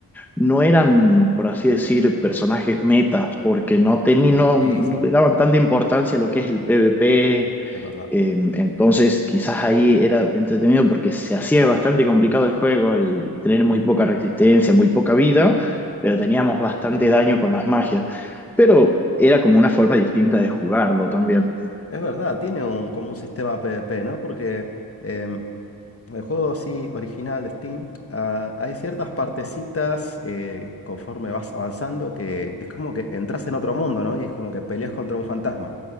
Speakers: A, in the centre; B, on the left.
A: no eran, por así decir, personajes metas, porque no, teni- no,
B: sí,
A: no
B: sí,
A: le daban tanta importancia a lo que es el PvP
B: es verdad.
A: eh, entonces, quizás ahí era entretenido porque se hacía bastante complicado el juego al tener
B: Ujú.
A: muy poca resistencia, muy poca vida, pero teníamos bastante daño con las magias. Pero era como una forma distinta de jugarlo también.
B: Es verdad, tiene un, como un sistema PvP, ¿no? Porque... em, El juego así original de Steam, ah, hay ciertas partecitas eh, conforme vas avanzando que es como que entras en otro mundo, ¿no? Y es como que peleas contra un fantasma.